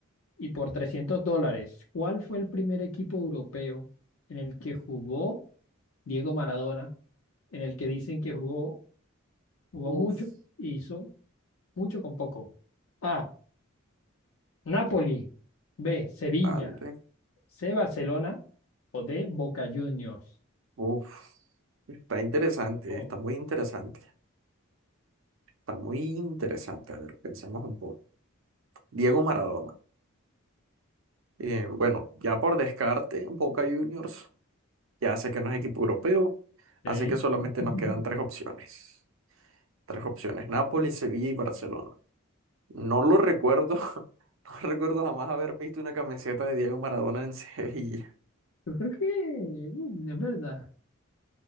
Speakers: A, on the left; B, on the right.
A: y por 300 dólares, ¿cuál fue el primer equipo europeo en el que jugó Diego Maradona, en el que dicen que jugó, jugó
B: Uf,
A: mucho e hizo mucho con poco. A. Napoli. B. Sevilla.
B: vale.
A: C. Barcelona. O D. Boca Juniors.
B: Uf. Está interesante,
A: Oh.
B: está muy interesante. Está muy interesante. A ver, pensemos un poco. Diego Maradona. Eh, bueno, ya por descarte, Boca Juniors ya sé que no es equipo europeo,
A: Sí.
B: así que solamente
A: <laughs>
B: nos quedan tres opciones. Tres opciones, Nápoles, Sevilla y Barcelona. No lo recuerdo, <laughs> no recuerdo jamás haber visto una camiseta de Diego Maradona en <laughs> Sevilla.
A: Yo creo que mm, es verdad.